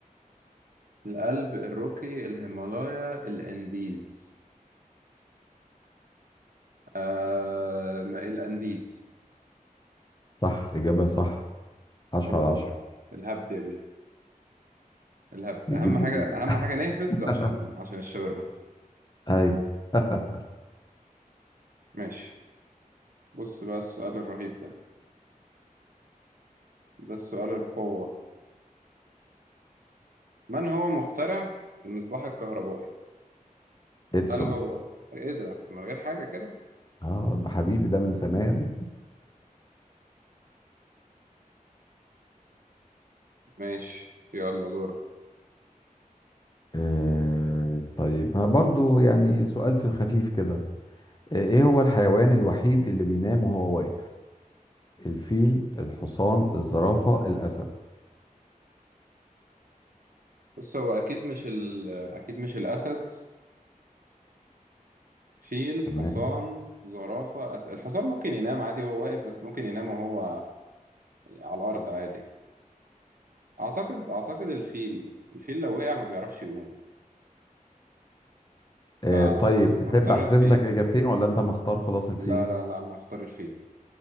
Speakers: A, on the right; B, on the left.
A: الألب الروكي الهيمالايا الأنديز آه ما الأنديز
B: صح إجابة صح 10
A: هوبا
B: على 10
A: الهبد يا بيه الهبد
B: بيجيب
A: أهم حاجة
B: نتيجة
A: أهم
B: <laughs>
A: حاجة نهبد عشان عشان الشاورما
B: أيوه <laughs>
A: ماشي بص بقى السؤال الرهيب ده ده السؤال القوة من هو مخترع المصباح الكهربائي
B: إدسون
A: هل هو إيه ده من غير حاجة كده
B: آه ده حبيبي ده من زمان
A: ماشي يلا دورك
B: آه طيب ها برضو يعني سؤال في الخفيف كده آه، إيه هو الحيوان الوحيد اللي بينام وهو واقف؟ الفيل، الحصان، الزرافة، الأسد
A: بص هو أكيد مش ال أكيد مش الأسد فيل
B: تمام
A: حصان زرافة أس... الحصان ممكن ينام عادي وهو واقف بس ممكن ينام وهو على الأرض عادي أعتقد أعتقد الفيل الفيل لو وقع ما بيعرفش يقوم
B: آه
A: فهختار
B: طيب تحب أحذف
A: الفيل
B: لك إجابتين ولا أنت مختار خلاص الفيل؟
A: لا لا لا أنا هختار الفيل